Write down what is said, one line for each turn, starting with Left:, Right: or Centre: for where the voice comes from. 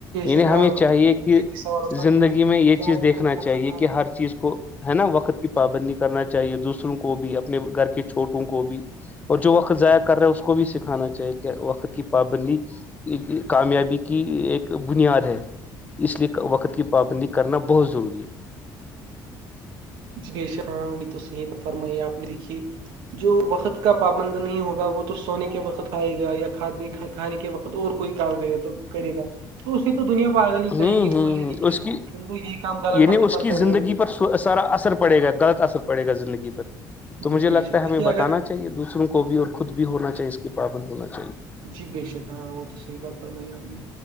Left: یعنی
Right: شک
Left: ہمیں چاہیے کہ
Right: یہ سوال ہوگا
Left: زندگی
Right: کہ
Left: میں یہ
Right: جوانی
Left: چیز دیکھنا
Right: کا جو
Left: چاہیے
Right: وقت تھا
Left: کہ ہر چیز کو ہے نا وقت کی پابندی کرنا چاہیے دوسروں کو بھی اپنے گھر کے چھوٹوں کو بھی اور جو وقت ضائع کر رہا ہے اس کو بھی سکھانا چاہیے کہ وقت کی پابندی کامیابی کی ایک بنیاد ہے اس لیے وقت کی پابندی کرنا بہت ضروری ہے
Right: جیش ہاں ابھی تو صحیح فرمائی آپ نے دیکھی جو وقت کا پابند نہیں ہوگا وہ تو سونے کے وقتھائے گا یا کھاد نہیں کھائے کھانے کے وقت اور کوئی کام کرے تو کرے گا تو اسے تو دنیا پ آگل ہی
Left: ہوں
Right: کہیں گی بولے
Left: ہوں
Right: گی
Left: ہ
Right: کہ
Left: اس کی
Right: تم کو یہ کام غلط
Left: یعنی
Right: وقت
Left: اس
Right: پر
Left: کی
Right: کر
Left: زندگی
Right: رہے ہو
Left: پر سارا اثر پڑے گا غلط اثر پڑے گا زندگی پر تو
Right: جی
Left: مجھے
Right: بے
Left: لگتا
Right: شک
Left: ہے
Right: دیکھیے
Left: ہمیں
Right: اگر
Left: بتانا چاہیے دوسروں کو بھی اور خود بھی ہونا چاہیے اس کے پابند ہونا چاہیے
Right: جی بے شک ہاں وہ تو صحیح بات فرمائی آپ نے